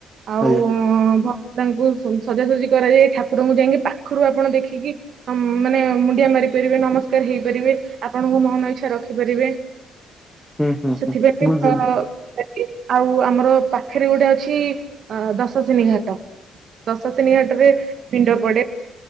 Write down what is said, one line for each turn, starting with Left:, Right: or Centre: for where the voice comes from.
Right: ଆଉ
Centre: ଆଜ୍ଞା
Right: ଅଁ ଧ ତାଙ୍କୁ ସଂ ସଜାସଜି କରାଯାଏ। ଠାକୁରଙ୍କୁ ଯାଇକି ପାଖରୁ ଆପଣ ଦେଖିକି ଅଂ ମାନେ ମୁଣ୍ଡିଆ ମାରି ପାରିବେ ନମସ୍କାର ହେଇପାରିବେ। ଆପଣଙ୍କ ମନ ଏଛ୍ ଇଛା ରଖିପାରିବେ
Centre: ହୁଁ ହୁଁ
Right: ସେଥିପାଇଁ
Centre: ହୁଁ
Right: ବି
Centre: ବୁଝିଲି।
Right: <unintelligible> ଆଉ ଆମର ପାଖରେ ଗୋଟେ ଅଛି ଅ ଦଶଶିନୀ ଘାଟ। ଦଶଶିନୀ ଘାଟ ରେ ପିଣ୍ଡ ପଡେ।